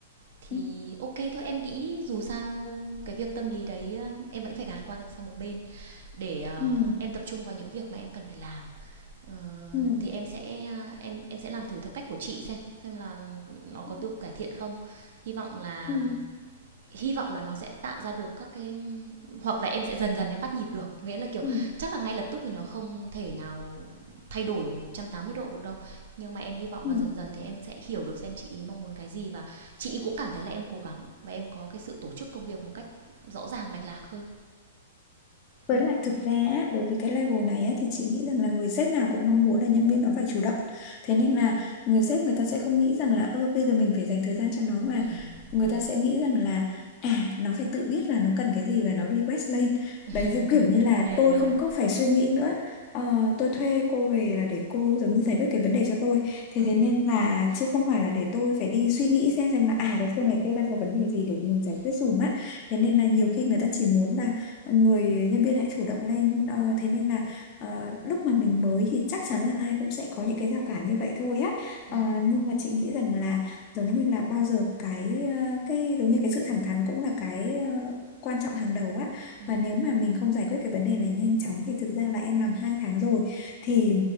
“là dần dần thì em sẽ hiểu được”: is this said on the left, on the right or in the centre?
Right